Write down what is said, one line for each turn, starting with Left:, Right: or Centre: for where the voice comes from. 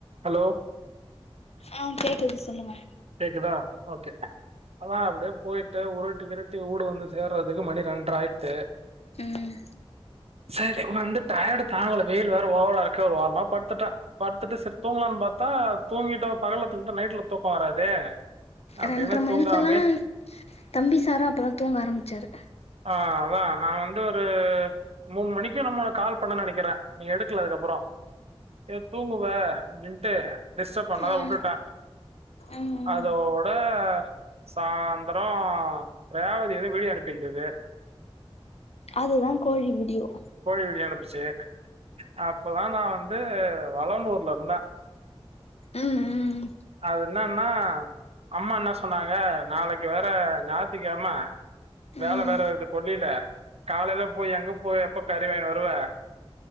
Right: Hello
Left: ஆ கேக்குது சொல்லுங்க
Right: கேக்குதா ஓகே அதான் அப்படியே போயிட்டு உருட்டி திரட்டி ஊடு வந்து சேர்றதுக்கு மணி ரெண்டரை ஆயிடுச்சு
Left: ம்ம்
Right: சரி வந்த டயர்டு தாங்கல வெயில் வேற ஓவர இருக்கு ஒரு ஒரமா படுத்துட்டன் படுத்துட்டு சரி தூங்கலான்னு பாத்தா தூங்கிட்டோம் பகல்ல தூங்கிட்டா நைட்ல தூக்கம் வராது அப்டின்னு
Left: ரெண்டரை மணிக்கெல்லாம்
Right: தூங்காமே
Left: தம்பி சாரும் அப்பதான் தூங்க ஆரம்பிச்சாரு
Right: ஆ அதான் நான் வந்து ஒரு மூணு மணிக்கும் என்னமோ கால் பண்ண நினைக்கிறேன் நீங்க எடுக்கல அதுக்கு அப்புறம் நீ தூங்குவ அப்படின்ட்டு டிஸ்டர்ப் பண்ணா
Left: ம்
Right: வுட்டுட்டேன்
Left: ம்
Right: அதோட
Left: ம்
Right: சாயந்திரம் ரேவதி எதோ வெளிய அனுப்பி் இருந்தது
Left: அது தான் கோழி விடியும்
Right: கோழி விடிய அனுப்புச்சு அப்பதான் நான் வந்து வளனூர்ல இருந்தேன்
Left: ம் ம்
Right: அது என்னன்னா அம்மா என்ன சொன்னாங்க நாளைக்கு வேற ஞாயித்துகிழமை வேலை
Left: ம்
Right: வேற இருக்கு கொல்லைல காலையில போய் எங்க போய் எப்ப கறி வாங்கினு வருவ